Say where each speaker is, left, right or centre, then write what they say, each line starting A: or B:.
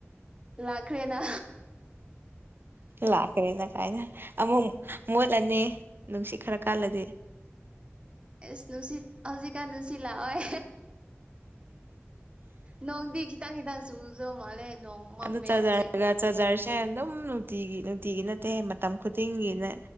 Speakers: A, on the right (about 20°); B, on the right (about 50°).
A: ꯂꯥꯛꯈ꯭ꯔꯦꯅ
B: ꯂꯥꯛꯈ꯭ꯔꯦꯅ ꯀꯥꯏꯅ ꯑꯃꯨꯛ ꯃꯨꯠꯂꯅꯤ ꯅꯨꯡꯁꯤꯠ ꯈꯔ ꯀꯥꯜꯂꯗꯤ
A: ꯑꯦꯁ ꯅꯨꯡꯁꯤꯠ ꯍꯧꯖꯤꯛꯀꯥꯟ ꯅꯨꯡꯁꯤꯠ ꯂꯥꯛꯑꯣꯏ ꯅꯣꯡꯗꯤ ꯈꯤꯇꯪ ꯈꯤꯇꯪ ꯆꯨꯁꯨ ꯃꯥꯂꯦ ꯅꯣꯡ ꯃꯝꯃꯦ
B: ꯑꯗ ꯆꯥꯖꯔꯒ
A: ꯍꯧꯖꯤꯛ
B: ꯆꯥꯔꯖꯔꯁꯦ ꯑꯗꯨꯝ ꯅꯨꯡꯇꯤꯒꯤ ꯅꯨꯡꯇꯤꯒꯤ ꯅꯠꯇꯦ ꯃꯇꯝ ꯈꯨꯗꯤꯡꯒꯤꯅ